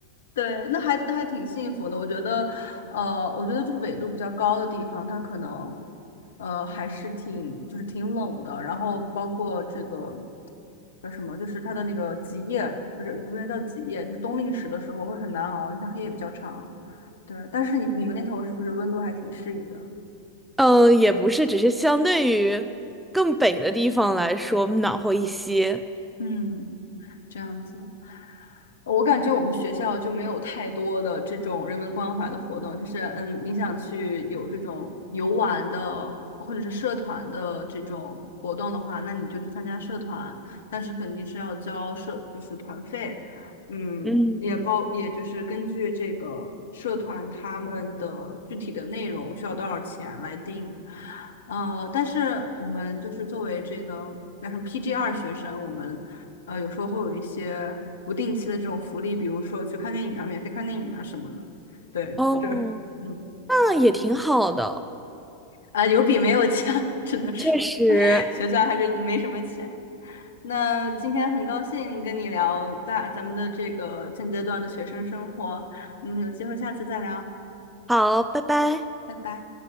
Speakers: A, on the left (about 65°); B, in the centre.
A: 对，那还那还挺幸福的。我觉得，呃，我觉得就是纬度比较高的地方，它可能，呃，还是挺就是挺冷的。然后包括这个叫什么，就是它的那个极夜，不是不是叫极夜，就是冬令时的时候会很难熬，因为它黑夜比较长。对，但是你你们那头是不是温度还挺适宜的？
B: 嗯，呃也不是，只是相对于更北的地方来说暖和一些。
A: 嗯，这样子。我感觉我们学校就没有太多的这种人文关怀的活动，就是嗯，你想去有这种游玩的或者是社团的这种活动的话，那你就去参加社团，但是肯定是要交社就是团费，嗯，
B: 嗯，
A: 也包也就是根据这个社团他们的具体的内容需要多少钱来定，呃，但是我们就是作为这个叫什么 PG r 学生，我们。呃，有时候会有一些不定期的这种福利，比如说去看电影啊，免费看电影啊什么的。对，
B: 哦，
A: 这，嗯，
B: 那也挺好的，
A: 啊、有比没有强，<laughs> 只能说
B: 确实。
A: <laughs> 学校还是没什么钱。那今天很高兴跟你聊大咱们的这个现阶段的学生生活，嗯，有机会下次再聊，
B: 好，拜拜。
A: 拜拜。